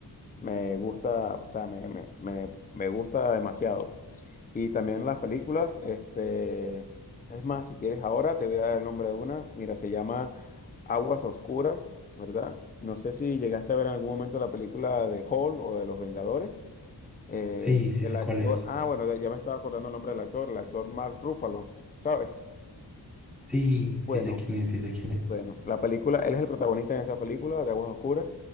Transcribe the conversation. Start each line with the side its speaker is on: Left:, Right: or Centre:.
Left: me gusta, o sea, me, me, me, me gusta demasiado, pues. Y también las películas, este, es más, si quieres ahora te voy a dar el nombre de una. Mira, se llama Aguas Oscuras, ¿verdad? No sé si llegaste a ver en algún momento la película de Hall o de Los Vengadores. Eh,
Centre: sí, sí
Left: el
Centre: sé
Left: actor,
Centre: cuál es.
Left: ah, bueno, ya ya me estaba acordando el nombre del actor, el actor Mark Ruffalo, ¿sabes?
Centre: Sí,
Left: Bueno.
Centre: sí sé quién es, sí sé quién es.
Left: Bueno, la película, él es el protagonista en esa película de Aguas Oscuras